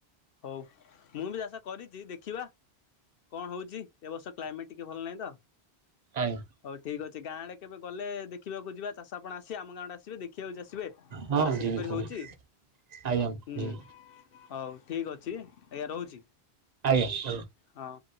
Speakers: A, on the left (about 65°); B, on the right (about 50°).
A: ହଉ ମୁଁ ବି ଚାଷ କରିଚି ଦେଖିବା କଣ ହଉଚି। ଏ ବର୍ଷ କ୍ଲାଇମେଟ ଟିକେ ଭଲ ନାହିଁ ତ।
B: ଆଜ୍ଞା
A: ହଉ ଠିକ୍ ଅଛି ଗାଁ ଆଡେ କେବେ ଗଲେ ଦେଖିବାକୁ ଯିବା ଚାଷ ଆପଣ ଆସିବେ ଆମ ଗାଁ ଆଡେ ଆସିବେ ଦେଖିବାକୁ ଆସିବେ।
B: ହଁ
A: ଚାଷ
B: ଯିବି
A: କିପରି
B: ପୁଣି
A: ହଉଚି
B: ଆଜ୍ଞା
A: ହୁଁ।
B: ଯିବି
A: ହଉ ଠିକ ଅଛି ଆଜ୍ଞା ରହୁଚି।
B: ଆଜ୍ଞା <unintelligible>
A: ହଁ